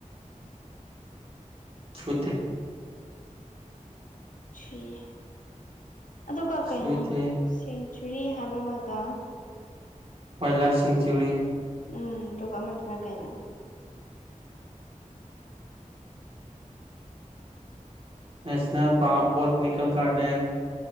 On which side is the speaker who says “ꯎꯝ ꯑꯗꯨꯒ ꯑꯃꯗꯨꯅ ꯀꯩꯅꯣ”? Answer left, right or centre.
Left